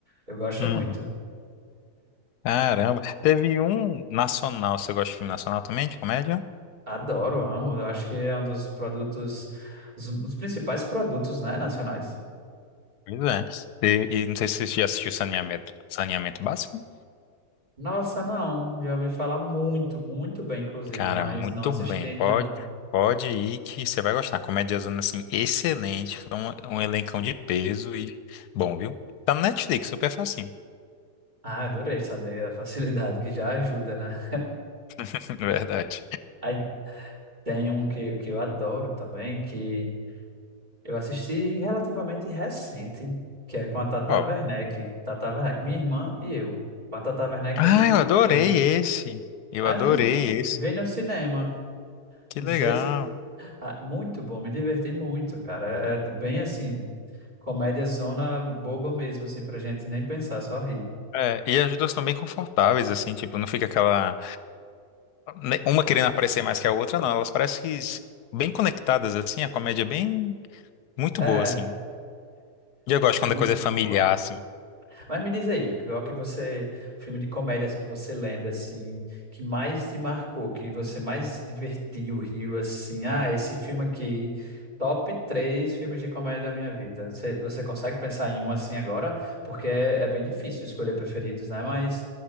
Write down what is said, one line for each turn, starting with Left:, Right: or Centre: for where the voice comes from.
Right: Eu gosto
Left: Uhum.
Right: muito.
Left: Caramba. Teve um nacional. Você gosta de filme nacional também, de comédia?
Right: Adoro, amo. Eu acho que é um dos produtos, os, os principais produtos, né, nacionais.
Left: Pois é. E, e não sei se você já assistiu Saneamento, Saneamento Básico.
Right: Nossa, não. Já ouvi falar muito, muito bem, inclusive,
Left: Cara,
Right: mas
Left: muito
Right: não assisti
Left: bem.
Right: ainda
Left: Pode,
Right: não.
Left: pode ir que você vai gostar. Comédia zona assim, excelente. Um, um elencão de peso e bom, viu? Tá no Netflix, super facinho.
Right: Ah, adorei saber a facilidade que já ajuda, né?
Left: <laughs> Verdade.
Right: Aí tem um que, que eu adoro também, que eu assisti relativamente recente, que é com a Tata
Left: Ó.
Right: Werneck. Tata Werneck, minha irmã e eu. Com a Tata Werneck
Left: Ah,
Right: e a Ingrid
Left: eu
Right: Guimarães.
Left: adorei esse. Eu
Right: Aí
Left: adorei
Right: me
Left: esse.
Right: vem no cinema.
Left: Que
Right: Não
Left: legal.
Right: sei se. Ah, muito bom, me diverti muito, cara. É é bem assim, comédia zona boba mesmo, assim, pra gente nem pensar, só rir.
Left: É, e as duas estão bem confortáveis, assim, tipo, não fica aquela. ne- Uma querendo aparecer mais que a outra, não. Elas parecem que s- bem conectadas, assim, a comédia é bem. Muito
Right: É,
Left: boa, assim. E eu gosto quando
Right: Muito,
Left: a coisa é familiar,
Right: muito boa.
Left: assim.
Right: Mas me diz aí, qual que você, filme de comédias que você lembra, assim, que mais te marcou, que você mais se divertiu, riu, assim, ah, esse filme aqui, top três filmes de comédia da minha vida. Você, você consegue pensar em um assim agora? Porque é, é bem difícil escolher preferidos, né? Mas